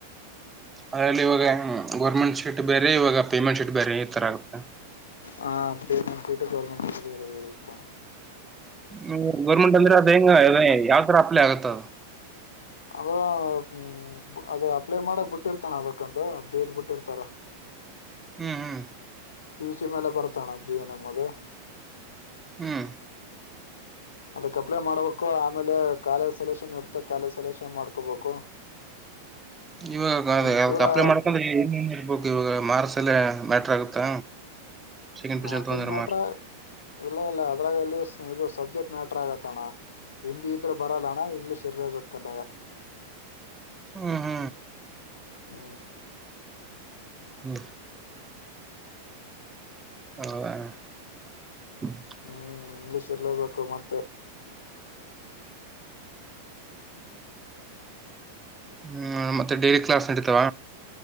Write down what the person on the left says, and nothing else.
ಹಾ ಪೇಮೆಂಟ್ ಸೈಟ್ ಗೋವರ್ನಮೆಂಟ್ ಸಿಟ್ ಬೇರೆ ಬೇರೆ ಇರ್ತಾವ
ಅದ್ರ ಹ್ಮ ಅದ ಅಪ್ಲೈ ಮಾಡಕ್ ಬಿಟ್ಟಿರ್ತಾನ ಅದಕ್ಕಂತ ಡೇಟ್ ಬಿಟ್ಟಿರ್ತಾರ
ಪ್ಯುಸಿ ಮಲೆ ಪರತಣ ಜಿನಮ್ಮದ
ಅದಕ್ ಅಪ್ಲೈ ಮಾಡ್ಬೇಕು ಆಮೇಲೆ ಕಾಲಜ ಸೆಲೆಕ್ಷನ್ ಇಡ್ತ ಕಾಲಿ ಸೆಲೆಕ್ಷನ್ ಮಾಡ್ಕೋಬೇಕು
ನೀನ್
ಪೂರಾ
ಮಾರ್ಸನ್
ಮೀಟ್ರ
ಇಲ್ಲ ಇಲ್ಲ ಅದ್ರಾಗ ಎಲ್ಲಿ ಇದು ಸಬ್ಜೆಕ್ಟ್ ಮ್ಯಾಟ್ರ ಆಗತ್ಅಣ ಹಿಂದಿ ಇದ್ರೆ ಬರಲ್ಲ ಅಣ್ಣ ಇಂಗ್ಲೀಷ್ ಇರ್ಲೇಬೇಕ ಕಡ್ಡಾಯ.
ಹ್ಮ.
ಹ್ಮ್ ಇಂಗ್ಲಿಷ್ ಇರ್ಲೇಬೇಕು ಮತ್ತೆ.